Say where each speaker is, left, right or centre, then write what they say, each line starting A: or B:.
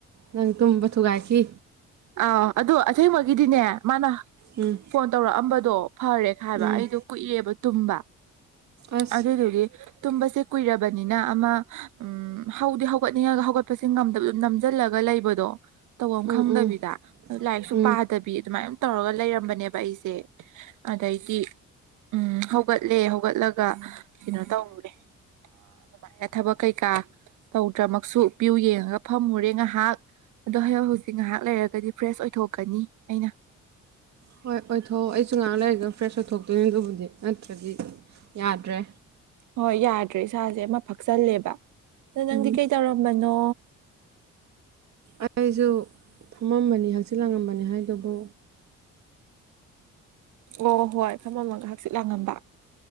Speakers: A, on the right; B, on the right.
A: ꯅꯪ ꯇꯨꯝꯕ ꯊꯨꯒꯥꯏꯈꯤ
B: ꯑꯥ ꯑꯗꯨꯗꯣ ꯑꯁꯦꯡꯕꯒꯤꯗꯤꯅꯦ ꯃꯥꯅ
A: ꯎꯝ
B: ꯐꯣꯟ ꯇꯧꯔꯛꯑꯝꯕꯗꯣ ꯐꯔꯦ ꯈꯥꯏꯕ
A: ꯎꯝ
B: ꯑꯩꯗꯣ ꯀꯨꯏꯑꯦꯕ ꯇꯨꯝꯕ
A: ꯑꯁ
B: ꯑꯗꯨꯗꯨꯗꯤ ꯇꯨꯝꯕꯁꯦ ꯀꯨꯏꯔꯕꯅꯤꯅ ꯑꯃ ꯎ ꯍꯧꯗꯤ ꯍꯧꯒꯠꯅꯤꯡꯉꯒ ꯍꯧꯒꯠꯄꯁꯦ ꯅꯝꯁꯤꯜꯂꯒ ꯂꯩꯕꯗꯣ ꯇ
A: ꯎꯝ
B: ꯈꯪꯗꯕꯤꯗ
A: ꯎꯝ
B: ꯂꯥꯏꯔꯤꯛꯁꯨ
A: ꯎꯝ
B: ꯄꯥꯗꯕꯤ ꯑꯗꯨꯃꯅ ꯇꯧꯔꯒ ꯂꯩꯔꯝꯕꯅꯦꯕ ꯑꯩꯁꯦ ꯑꯗꯩꯗꯤ ꯎꯝ ꯍꯧꯒꯠꯂꯦ ꯍꯧꯒꯠꯂꯒ ꯀꯩꯅꯣ ꯇꯧꯔꯨꯔꯦ ꯑꯗꯨꯃꯥꯏꯅ ꯊꯕꯛ ꯀꯩꯀꯥ ꯇꯧꯗ꯭ꯔꯃꯛꯁꯨ ꯄ꯭ꯌꯨ ꯌꯦꯡꯉꯒ ꯐꯝꯃꯨꯔꯦ ꯉꯥꯏꯍꯥꯛ ꯍ ꯍꯨꯁꯤꯛ ꯉꯍꯥꯛ ꯂꯩꯔꯦ ꯑꯣꯏꯊꯣꯛꯀꯅꯤ ꯑꯩꯅ
A: ꯍꯣꯏ ꯑꯣꯏꯊꯣꯛꯑꯣ ꯑꯩꯁꯨ ꯉꯥꯛ ꯂꯩꯔꯒ ꯐ꯭ꯔꯦꯁ ꯑꯣꯏꯊꯣꯛꯇꯣꯏꯅꯦ ꯑꯗꯨꯕꯨꯗꯤ ꯅꯠꯇ꯭ꯔꯗꯤ ꯌꯥꯗ꯭ꯔꯦ
B: ꯍꯣꯏ ꯌꯥꯗ꯭ꯔꯦ ꯏꯁꯥꯁꯦ ꯑꯃ ꯐꯛꯆꯜꯂꯦꯕ ꯑꯗꯣ ꯅꯪꯗꯤ
A: ꯎꯝ
B: ꯀꯩ ꯇꯧꯔꯝꯕꯅꯣ
A: ꯑꯩꯁꯨ ꯐꯝꯃꯝꯕꯅꯤ ꯍꯛꯆꯤꯜ ꯂꯥꯡꯉꯝꯕꯅꯤ ꯍꯥꯏꯗꯨꯕꯨ
B: ꯑꯣ ꯍꯣꯏ ꯐꯝꯃꯒ ꯍꯛꯆꯤꯠ ꯂꯥꯡꯉꯝꯕ